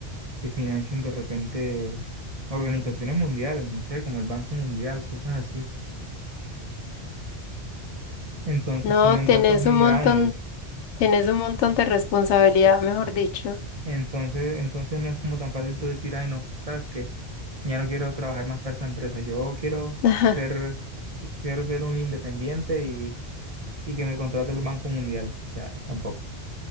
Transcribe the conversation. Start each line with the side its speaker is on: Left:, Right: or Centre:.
Right: que financian de repente organizaciones mundiales, no sé, como el Banco Mundial, cosas así. Entonces
Left: No,
Right: tienen
Left: tenés
Right: retos muy
Left: un
Right: grandes.
Left: montón, tenés un montón de responsabilidad, mejor dicho.
Right: Entonces, entonces no es como tan fácil tú decir, ay, no, ¿sabes qué? Ya no quiero trabajar más para esa empresa. Yo quiero
Left: <laughs>
Right: ser, quiero ser un independiente y, y que me contrate el Banco Mundial. O sea, tampoco.